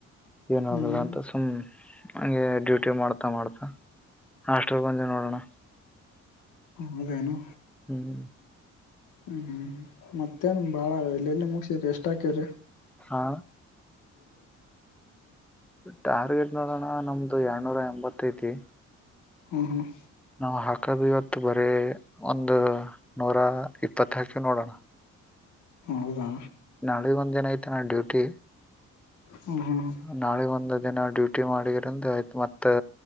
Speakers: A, in the centre; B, on the left.
A: ಏನ
B: ಹ್ಮ್
A: ಹಾಗಲ್ಲಾ ಅಂತ ಸುಮ್ ಹಂಗೆ ಡ್ಯೂಟಿ ಮಾಡ್ತಾ ಮಾಡ್ತಾ ಅಷ್ಟ್ರ ಬಂದಿ ನೋಡೋಣ
B: ಹೌದೆನು
A: ಹ್ಮ್
B: ಹ್ಮ್ ಹ್ಮ್ ಮತ್ತೇನ್ ಬಾಳ ಎಲ್ಲ ಎಲ್ಲಿ ಮುಗಸ್ರರಿ ಎಷ್ಟ ಹಾಕೇವ್ರಿ
A: ಹಾ ಟಾರ್ಗೆಟ್ ನೋಡೋಣ ನಮ್ದು ಎರನೂರ ಎಂಬತ್ತು ತೈತಿ
B: ಹ್ಮ್ ಹ್ಮ್
A: ನಾವು ಹಾಕದು ಇವತ್ತು ಬರೇ ಒಂದು ನೂರ ಇಪ್ಪತ್ತಕಿವಿ ನೋಡೋಣ
B: ಹೌದಾ
A: ನಾಳೆ ಒಂದಿನ ಆಯ್ತ ನಾ ಡ್ಯೂಟಿ
B: ಹ್ಮ್ ಹ್ಮ್
A: ನಾಳೆ ಒಂದು ದಿನ ಡ್ಯೂಟಿ ಮಾಡಿದರಂದ ಆಯ್ತು ಮತ್ ತ್ತ